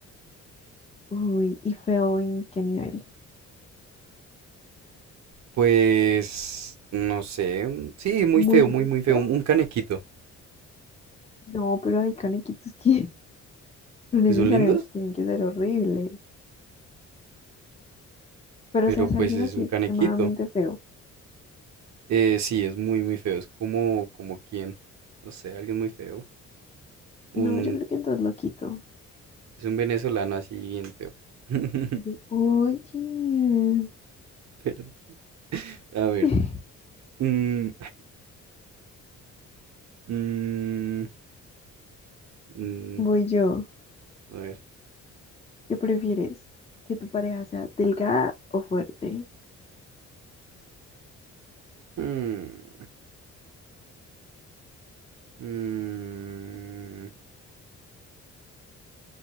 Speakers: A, on the left; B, on the right.
A: Uy, y feo en qué nivel.
B: Pues, no sé. un- Sí, muy
A: Muy,
B: feo, muy,
A: muy
B: muy feo.
A: feo.
B: Un, un canequito,
A: No, pero hay canequitos que No necesariamente
B: que son lindos,
A: tienen que ser horribles, pero
B: pero
A: o sea, es
B: pues
A: alguien
B: es
A: así
B: un
A: extremadamente
B: canequito.
A: feo.
B: Eh, sí, es muy, muy feo. Es como, como quien, no sé, alguien muy feo.
A: No,
B: Un,
A: yo creo que entonces lo quito.
B: es un venezolano así bien feo. <laughs>
A: De, oye,
B: Perdón. A ver.
A: <laughs>
B: mm, mm, mm,
A: voy yo.
B: a ver.
A: ¿Qué prefieres? ¿Que tu pareja sea delgada o fuerte?
B: mm. Mm,